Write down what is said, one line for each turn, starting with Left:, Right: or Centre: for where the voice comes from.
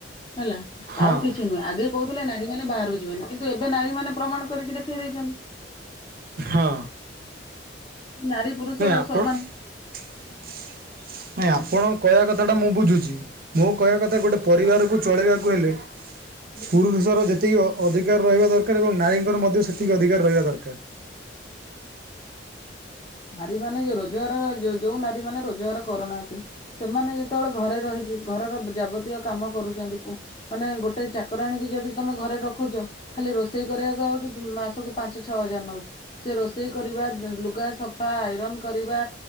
Left: ହେଲା
Right: ହଁ
Left: ଆଉ କିଛି ନୁହେଁ ଆଗେ କହୁଥିଲେ ନାରୀ ମାନେ ବାହାରକୁ ଯିବେନି। କିନ୍ତୁ ଏବେ ନାରୀ ମାନେ ପ୍ରମାଣ କରିକି ଦେଖେଇ ଦେଇଚନ୍ତି।
Right: ହଁ।
Left: ନାରୀ ପୁରୁଷ
Right: ନାଇଁ ଆପଣ
Left: ସମାନ।
Right: ନାଇଁ ଆପଣଙ୍କ କହିବା କଥା ଟା ମୁଁ ବୁଝୁଚି। ମୋ କହିବା କଥା ଗୋଟେ ପରିବାରକୁ ଚଳେଇବାକୁ ହେଲେ ପୁରୁଷର ଯେତିକି ଅ ଅଧିକାର ରହିବା ଦରକାର ଏବଂ ନାରୀଙ୍କର ମଧ୍ୟ ସେତିକି ଅଧିକାର ରହିବା ଦରକାର।
Left: ନାରୀ ମାନେ ଯୋଉ ରୋଜଗାର ଯୋଉ ଯୋଉ ନାରୀ ମାନେ ରୋଜଗାର କରୁନାହାନ୍ତି ସେମାନେ ଯେତବଳେ ଘରେ ରହିକି ଘରର ଯାବତୀୟ କାମ କରୁଚନ୍ତି ପୁ ମାନେ ଗୋଟେ ଚାକରାଣି କି ଯଦି ତମେ ଘରେ ରଖୁଚ ଖାଲି ରୋଷେଇ କରିବାକୁ ଆଉଚି ମାସକୁ ପାଞ୍ଚ ଛଅ ହଜାର ନଉଚି। ସେ ରୋଷେଇ କରିବା ଲୁଗା ସଫା ଆଇରନ୍ କରିବା